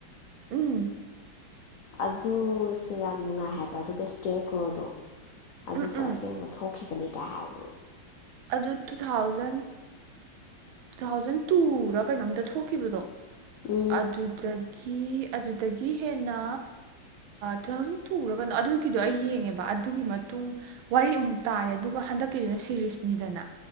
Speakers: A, on the right (about 80°); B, on the left (about 80°).
A: ꯎꯝ
B: ꯑꯗꯨꯁꯨ ꯌꯥꯝ ꯅꯨꯡꯉꯥꯏ ꯍꯥꯏꯕ ꯑꯗꯨꯒ ꯏꯁꯀꯦꯌꯔ ꯀ꯭ꯔꯣꯗꯣ ꯑꯗꯨꯁꯨ
A: ꯎꯝ ꯎꯝ
B: ꯑꯁꯦꯡꯕ ꯊꯣꯛꯈꯤꯕꯅꯤ ꯀꯥꯏ ꯍꯥꯏ
A: ꯑꯗꯨ ꯇꯨ ꯊꯥꯎꯖꯟ ꯇꯨ ꯊꯥꯎꯖꯟ ꯇꯨꯔ ꯀꯩꯅꯣꯝꯇ ꯊꯣꯛꯈꯤꯕꯗꯣ
B: ꯎꯝ
A: ꯑꯗꯨꯗꯒꯤ ꯑꯗꯨꯗꯒꯤ ꯍꯦꯟꯅ ꯇꯨ ꯊꯥꯎꯖꯟ ꯇꯨꯔꯒꯅꯣ ꯑꯗꯨꯒꯤꯗꯣ ꯑꯩ ꯌꯦꯡꯉꯦꯕ ꯑꯗꯨꯒꯤ ꯃꯇꯨꯡ ꯋꯥꯔꯤ ꯑꯃꯨꯛ ꯇꯥꯔꯦ ꯑꯗꯨꯒ ꯍꯟꯗꯛꯀꯤꯗꯨꯅ ꯁꯤꯔꯤꯁꯅꯤꯗꯅ